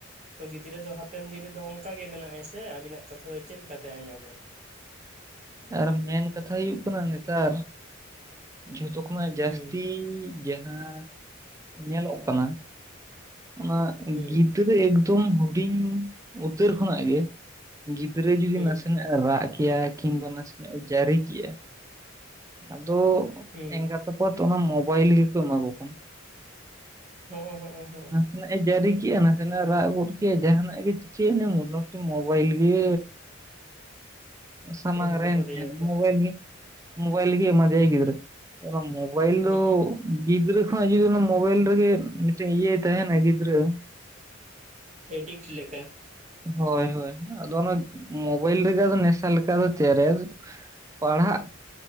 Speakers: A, on the right; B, on the right.
A: ᱛᱚ ᱜᱤᱫᱽᱨᱟᱹ ᱫᱚ ᱦᱟᱯᱮᱱ ᱫᱤᱱ ᱨᱮᱫᱚ ᱚᱱᱠᱟ ᱜᱮ ᱵᱮᱱᱟᱜ ᱟᱭ ᱥᱮ ᱟᱵᱤᱱᱟᱜ ᱠᱟᱛᱷᱟ ᱫᱚ ᱪᱮᱫ ᱞᱮᱠᱟᱛᱮ ᱟᱸᱡᱚᱢᱟᱭ
B: ᱟᱨ ᱢᱮᱱ ᱠᱟᱛᱷᱟ ᱦᱩᱭᱩᱜ ᱠᱟᱱᱟ ᱱᱮᱛᱟᱨ ᱡᱷᱚᱛᱚ ᱠᱷᱚᱱᱟᱜ ᱡᱟᱹᱥᱛᱤ
A: ᱦᱩᱸ
B: ᱡᱟᱦᱟᱸ ᱧᱮᱞᱚᱜ ᱠᱟᱱᱟ ᱚᱱᱟ
A: ᱦᱩᱸ
B: ᱜᱤᱫ ᱮᱠᱫᱚᱢ ᱦᱩᱰᱤᱧ ᱩᱛᱟᱹᱨ ᱠᱷᱚᱱᱟᱜ ᱜᱮ ᱜᱤᱫᱽᱨᱟᱹ ᱡᱩᱫᱤ
A: ᱦᱩᱸ
B: ᱱᱟᱥᱮᱱᱟᱜᱼᱼ ᱨᱟᱜ ᱠᱮᱜ ᱟᱭ ᱠᱤᱱᱵᱟ ᱱᱟᱥᱮᱱᱟᱜ ᱮ ᱡᱟᱹᱨᱤ ᱠᱮᱜᱼᱟ ᱟᱫᱚ
A: ᱦᱩᱸ
B: ᱮᱸᱜᱟᱛ ᱟᱯᱟᱛ ᱚᱱᱟ ᱢᱚᱵᱟᱭᱤᱞ ᱜᱮᱠᱚ ᱮᱢᱟ ᱠᱚ ᱠᱟᱱᱟ
A: ᱦᱚᱸᱜ-ᱚ ᱦᱚᱸᱜᱼᱚ‌ ᱦᱚᱸᱜᱼᱚ
B: ᱱᱟᱜᱼ ᱮ ᱡᱟᱹᱨᱤ ᱠᱮᱜᱼᱟ ᱱᱟᱥᱮᱱᱟᱜ ᱨᱟᱜ ᱜᱚᱫ ᱠᱮᱫᱼᱟ ᱡᱟᱦᱟᱱᱟᱜ ᱜᱮ ᱪᱤᱠᱟᱹᱭ ᱢᱚᱴᱟᱢᱩᱴᱤ ᱢᱳᱵᱟᱭᱤᱞ ᱜᱮ ᱥᱟᱢᱟᱝ
A: ᱮᱢ ᱜᱚᱫ
B: ᱨᱮ ᱮᱱᱛᱮ
A: ᱟᱫᱮᱭᱟ ᱠᱚ
B: ᱢᱚᱵᱟᱭᱤᱞ ᱜᱮᱼᱼ ᱢᱳᱵᱟᱭᱤᱞ ᱜᱮ ᱮᱢᱟᱫᱮᱭᱟᱭ ᱜᱤᱫᱽᱨᱟᱹ ᱢᱳᱵᱟᱭᱤᱞ ᱫᱚ
A: ᱦᱚᱸᱜᱼᱚ
B: ᱜᱤᱫᱽᱨᱟᱹ ᱠᱷᱚᱱᱼᱼ ᱢᱳᱵᱟᱭᱤᱞ ᱨᱮᱜᱮ ᱢᱤᱫᱴᱮᱱ ᱤᱭᱟᱹᱭ ᱛᱟᱦᱮᱱᱟ ᱜᱤᱫᱽᱨᱟᱹᱼᱼ
A: ᱮᱰᱤᱠᱴ ᱞᱮᱠᱟ᱾
B: ᱦᱳᱭ ᱦᱳᱭ ᱟᱫᱚ ᱚᱱᱟ ᱢᱳᱵᱟᱭᱤᱞ ᱨᱮᱜᱮ ᱟᱫᱚ ᱱᱮᱥᱟ ᱞᱮᱠᱟ ᱟᱫᱚ ᱛᱮᱭᱟᱨᱟᱭᱟ ᱟᱫᱚ ᱯᱟᱲᱦᱟᱜᱼᱼ